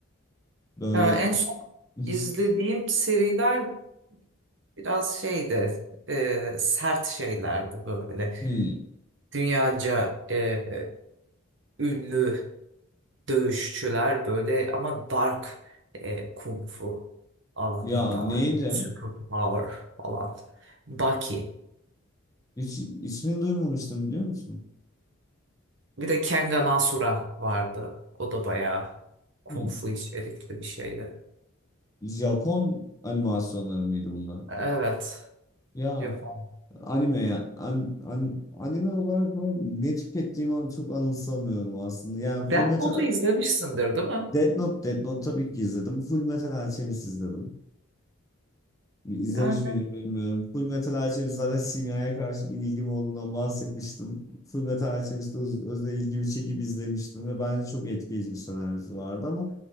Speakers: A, on the left (about 15°); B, on the right (about 55°).
A: böyle
B: Ya en son
A: <laughs>
B: izlediğim seriler Biraz şeydi, e, sert şeylerdi böyle.
A: hmm.
B: Dünyaca e, ünlü dövüşçüler böyle ama dark e, kung fu alanındalardı.
A: Ya neydi?
B: Super Power falan. Baki.
A: Hiç ismini duymamıştım biliyor musun?
B: Bir de Kengan Asura vardı. O da bayağı kung
A: Hı.
B: fu içerikli bir şeydi.
A: Japon animasyonları mıydı bunlar?
B: Evet.
A: Ya
B: Japon.
A: anime ya an, an- anime olarak ben ne tükettiğimi an- çok anımsamıyorum aslında. Yani
B: Death
A: Full Metal
B: Note'u izlemişsindir değil mi?
A: Death Note, Death Note tabii ki izledim. Full Metal Alchemist izledim. İzlemiş
B: Yani.
A: miydim bilmiyorum. Full Metal Alchemist zaten simyaya karşı bir ilgim olduğundan bahsetmiştim. Full Metal Alchemist'te öz, özel ilgimi çekip izlemiştim ve bence çok etkileyici bir senaryosu vardı ama